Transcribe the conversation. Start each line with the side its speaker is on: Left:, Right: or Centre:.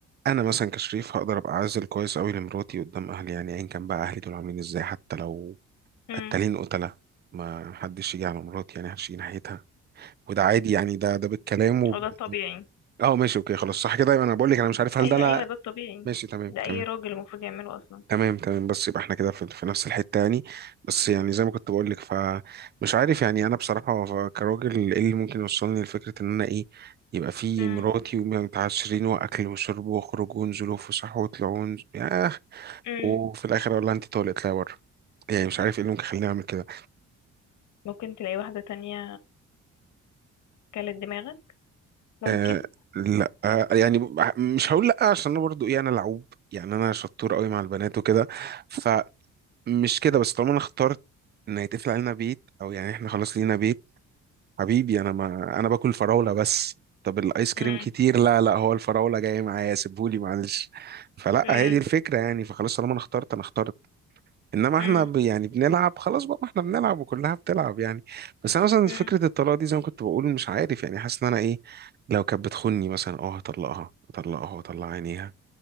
Right: انا مثلا كشريف هقدر ابقى عازل كويس قوي لمراتي قدام اهلي يعني ايا كان بقى اهلي دول عاملين ازاي حتى لو
Left: امم
Right: قتالين قتله ما حدش يجي على مراتي يعني محدش يجي ناحيتها وده عادي يعني ده ده بالكلام وب...
Left: <laughs> هو ده الطبيعي
Right: اه ماشي اوكي خلاص صح كده يبقى انا بقول لك انا مش عارف هل
Left: ايوه
Right: ده لا
Left: ايوه ده الطبيعي
Right: ماشي تمام
Left: ده اي
Right: تمام
Left: راجل المفروض يعمله اصلا
Right: تمام تمام بس يبقى احنا كده في, في نفس الحتة يعني بس يعني زي ما كنت بقول لك فمش عارف يعني انا بصراحة ف- كراجل ايه اللي ممكن يوصلني لفكرة ان انا ايه يبقى في
Left: امم
Right: مراتي ومتعشرين واكل وشرب واخرج ونزل وفسح وطلعوا ونز- ياه
Left: امم
Right: وفي الاخر اقول لها انت طالق اطلعي بره يعني مش عارف ايه اللي ممكن يخليني اعمل كده
Left: ممكن تلاقي واحدة تانية كلت دماغك ممكن
Right: آه لا آه يعني ب- مش هقول لا عشان انا برضو ايه انا لعوب يعني انا شطور قوي مع البنات وكده فمش كده بس طالما انا اخترت ان هيتقفل علينا بيت او يعني احنا خلاص لينا بيت حبيبي انا ما انا باكل فراوله بس طب الايس كريم
Left: امم
Right: كتير لا لا هو الفراوله جايه معايا سيبهولي معلش فلا
Left: امم
Right: هي دي الفكره يعني فخلاص طالما انا اخترت انا اخترت انما
Left: امم
Right: احنا ب... يعني بنلعب خلاص بقى ما احنا بنلعب وكلها بتلعب يعني بس انا مثلا فكره
Left: امم
Right: الطلاق دي زي ما كنت بقول مش عارف يعني حاسس ان انا ايه لو كانت بتخوني مثلا اه هطلقها هطلقها واطلع عينيها